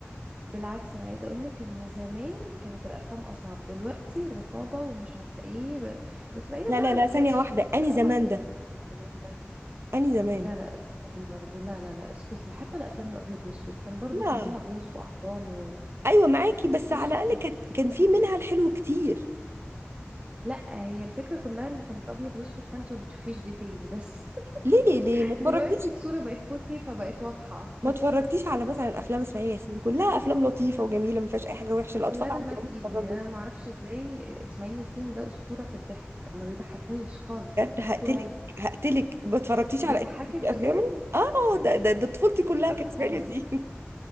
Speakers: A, on the right; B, on the right.
A: بالعكس انا عايزه اقول لك ان زمان كانت الافلام اصعب دلوقتي الرقابه ومش عارفه ايه ب... بس بعيدا
B: لا
A: بقى
B: لا
A: عن
B: لا
A: افلام
B: ثانية
A: السوق
B: واحدة
A: بقى
B: اني زمان
A: واولاد
B: ده
A: رزق ثلاثه
B: اني زمان
A: لا لا زمان برضو لا لا لا اسكتي حتى الافلام الابيض واسود كان برضو
B: لا
A: كلها بوس واحضان و...
B: ايوه معاكي بس
A: ماشي
B: على الاقل كانت كان في منها الحلو كتير
A: لا هي الفكرة كلها ان كانت ابيض واسود فانت ما بتشوفيش ديتيلز بس
B: ليه ليه
A: <laughs>
B: ما اتفرجتيش
A: دلوقتي الصورة بقت 4K فبقت واضحة اكتر
B: ما اتفرجتيش
A: <laughs>
B: على مثلا افلام اسماعيل ياسين كلها افلام لطيفه وجميله ما فيهاش اي حاجه وحشه الاطفال
A: كلها دمها
B: عندهم
A: تقيل
B: يتفرجوا
A: يعني انا ما اعرفش ازاي اسماعيل ياسين ده اسطورة في الضحك ما بيضحكنيش خالص
B: بجد هقتلك
A: طول عمري
B: هقتلك ما اتفرجتيش
A: بيضحكك
B: على افلامه
A: بجد
B: اه ده ده, ده طفولتي كلها
A: اتفرجت
B: كانت اسماعيل
A: طبعا
B: ياسين